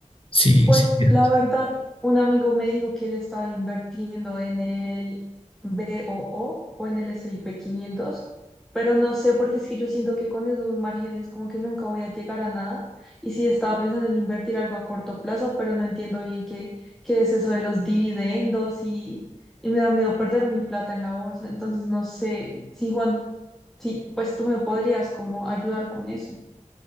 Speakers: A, on the left; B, in the centre.
A: si,
B: Pues
A: si quieres.
B: la verdad, un amigo me dijo que él estaba invirtiendo en el BOO o O o en el S&P quinientos, pero no sé porque es que yo siento que con esos márgenes como que nunca voy a llegar a nada. Y sí, estaba pensando en invertir algo a corto plazo, pero no entiendo bien qué, qué es eso de los dividendos y, y me da miedo perder mi plata en la bolsa. Entonces no sé si Juan, sí, pues tú me podrías como ayudar con eso.